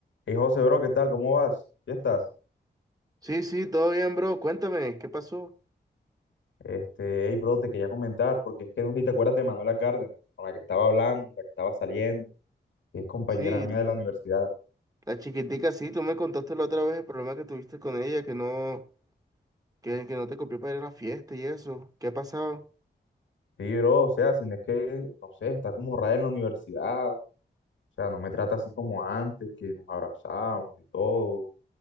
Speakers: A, on the left; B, on the right.
A: Hey José, bro, ¿qué tal? ¿Cómo vas? ¿Ya estás?
B: Sí, sí, todo bien, bro. Cuéntame, ¿qué pasó?
A: Este, hey, bro, te quería comentar, porque es que no sé si te acuerdas de Manuela Cárdenas, con la que estaba hablando, la que estaba saliendo, que es compañera
B: Sí,
A: mía de la universidad.
B: la chiquitica, sí, tú me contaste la otra vez el problema que tuviste con ella, que no, que, que no te copió para ir a la fiesta y eso. ¿Qué ha pasado?
A: Sí, bro, o sea, si no es que, no sé, está como rara en la universidad, o sea, no me trata así como antes, que nos abrazábamos y todo.